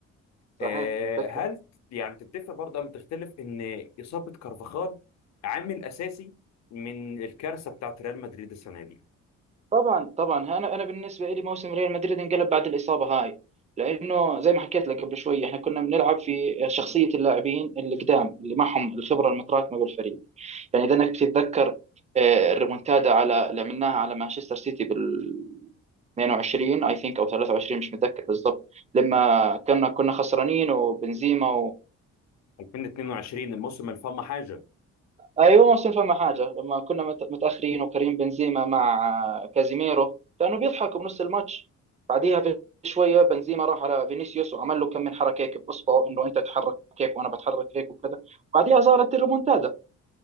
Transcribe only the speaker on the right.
صحيح
متذكر
طبعا طبعا انا انا بالنسبه لي موسم ريال مدريد انقلب بعد الاصابه هاي لانه زي ما حكيت لك قبل شوي احنا كنا بنلعب في شخصيه اللاعبين القدام اللي معهم الخبره المتراكمه بالفريق يعني اذا انك تتذكر آه، الريمونتادا على اللي عملناها على مانشستر سيتي بال 22 اي ثينك او 23 مش متذكر بالضبط لما كنا كنا خسرانين وبنزيما
ايوه ما صنفع مع حاجه لما كنا مت- متاخرين وكريم بنزيما مع كازيميرو كانوا بيضحكوا بنص الماتش بعديها بشويه بنزيما راح على فينيسيوس وعمل له كم من حركه هيك باصبعه انه انت تحرك هيك وانا بتحرك هيك وكذا بعديها صارت الريمونتادا